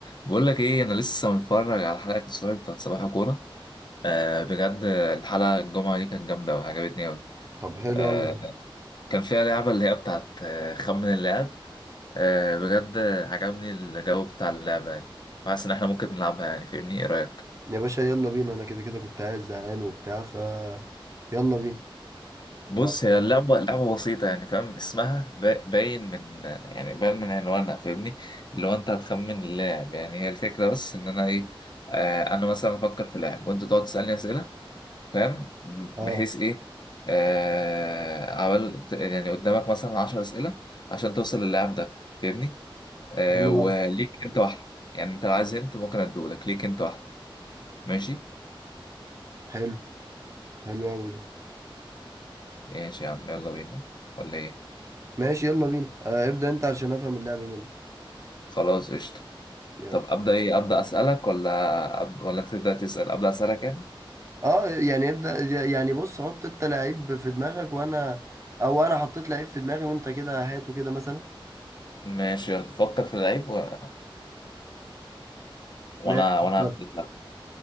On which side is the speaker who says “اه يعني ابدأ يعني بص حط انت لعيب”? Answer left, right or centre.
Right